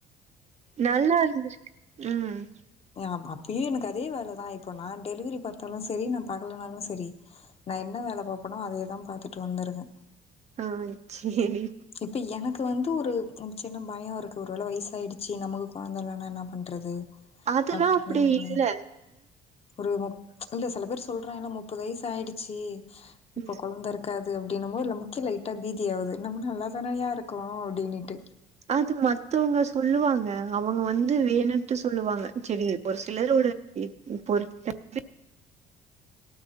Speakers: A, on the right; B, on the left.
A: நல்லா இருந்துச்சு ம்
B: ஹ அப்பியே எனக்கு அதே வேலதா இப்போ நா டெலிவரி பாத்தாலு செரி நா பாக்கனாலு செரி நா என்ன வேல பாப்போனோ அதேதா பாத்துட்டு வந்துருக்க
A: ஆ சேரி
B: இப்ப எனக்கு வந்து ஒரு சின்ன பயோ இருக்கு ஒரு வேள வைஸ் ஆயிடுச்சி நம்பலுக்கு கொழந்த இல்லனா என்னா பண்றது
A: அதல்லா
B: அப்டிலா
A: அப்டி
B: ஒரு
A: இல்ல
B: ஒரு மூப் இல்ல சில பேர் சொல்றாங்கன்னா முப்பது வெய்சு ஆயிடுச்சு இப்ப
A: ம்.
B: கொழந்த இருக் காது அப்டின்னு போது நமக்கே லைட்டா பீதி ஆவுது நம்ம நல்லாதானயா இருக்கோ அப்டின்னிட்டு
A: அது மத்தவங்க சொல்லுவாங்க அவுங்க வந்து வேணுண்ட்டு சொல்லுவாங்க செரி ஒரு சிலரோட <unintelligible>